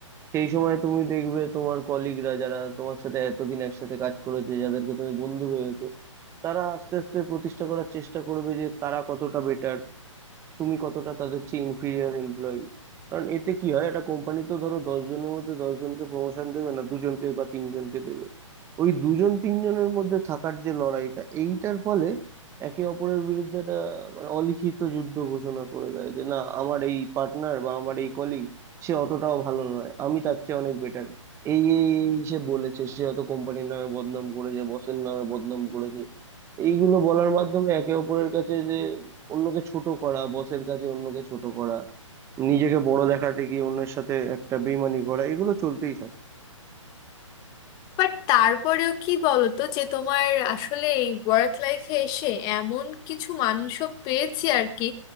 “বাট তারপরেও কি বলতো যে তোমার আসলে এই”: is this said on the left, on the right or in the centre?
Left